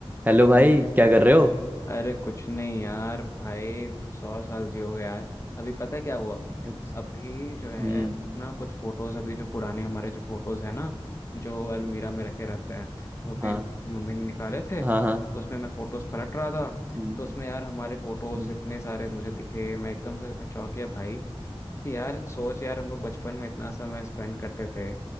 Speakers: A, on the right; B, on the left.
A: हेलो भाई क्या कर रहे हो
B: अरे कुछ नहीं यार भाई सौ साल जियोगे यार अभी पता है क्या हुआ
A: अच्छा,
B: अभी जो है
A: हम्म
B: ना कुछ फोटोज अभी जो पुराने हमारे जो फोटोज है ना जो अलमीरा में रखे रहते हैं वो भी
A: हाँ
B: मम्मी ने निकाले थे
A: हाँ
B: तो
A: हाँ
B: उसमें मैं फोटोज पलट रहा था
A: हम्म,
B: तो उसमें यार हमारे फोटोज
A: हम्म,
B: इतने सारे मुझे दिखे मैं एकदम से चौंक गया भाई कि यार सोच यार हम लोग बचपन में इतना समय स्पेंड करते थे